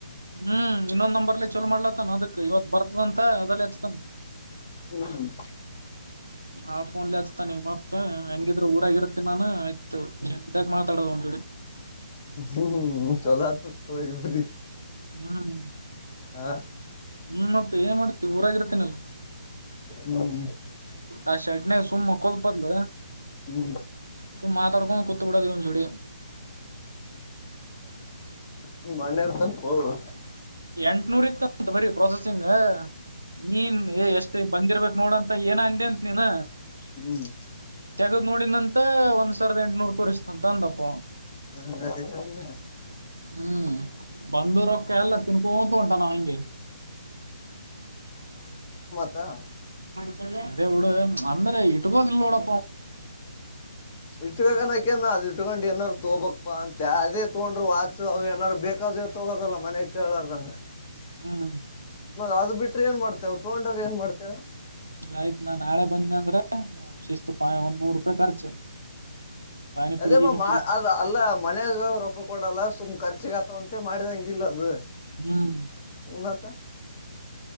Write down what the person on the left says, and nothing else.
ಹ್ಮ್ ಹ್ಮ್
ಹ್ಮ ಚೆಲೋ ಇತ್ತು ಇವ್ರಿ
ಆ
ಹ ಹ್ಮ್
ಹ್ಮ್
ನೀ ಮಣ್ಣ್ಯರ್ ತನ್ ಹೋಗುವ
ಹ್ಮ್
ಅದೇ
ತ್ತಾ
ಇಷ್ಟು ಕಕನ್ಕ ಅದು ಇಟ್ಕೊಂಡು ತೋ ಬ ಪಾ ಅದೇ ತಗೊಂಡ್ರು ವಾಚು ಏನಾದ್ರು ಬೇಕಾ? ತಗೋದಲ್ಲ ಮನ್ಯಗ್ ಕೇಳಾರ್ದಂಗ
ಮ ಅದು ಬಿಟ್ರೆ ಏನ್ ಮಾಡ್ತ ನಾವ್ ತಗೊಂಡ್ರ ಏನ್ ಮಾಡ್ತೇವೆ
ಅದೇ
ಮಾಮಾ ಅದ ಅಲ್ಲ ಮನಯಾಗ ರೊಕ್ಕ ಕೊಡಲ್ಲ ಸುಮ್ ಖರ್ಚಿಗ ಆತವಂತೆ ಮಾಡಿದಂಗಿಲ್ಲ ಅದು
ಮತ್ತ